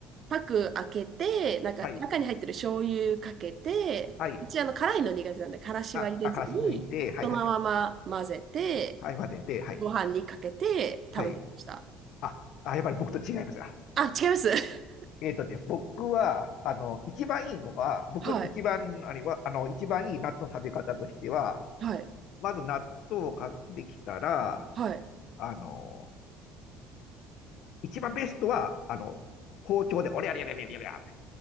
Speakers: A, on the right; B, on the left.
A: パク開けて、なんか中に入ってる醤油かけて、
B: はい、はい。
A: うちあの、辛いの苦手なんで、からしは入れずに、
B: あ、あ、からし抜いて、はいはいはい。
A: そのまま混ぜて、
B: はい、混ぜて、はい、
A: ご飯にかけて食べてました。
B: はい。あ、あ、やっぱり僕と違いますが。
A: あ、違います。<laughs>
B: えっとね、僕は、あの、一番いいのは、僕一番、
A: はい、
B: あれは、あの、一番いい納豆の食べ方としては、
A: はい、
B: まず納豆を買ってきたら、
A: はい。
B: あの、一番ベストは、あの、包丁で、おりゃりゃりゃりゃりゃりゃって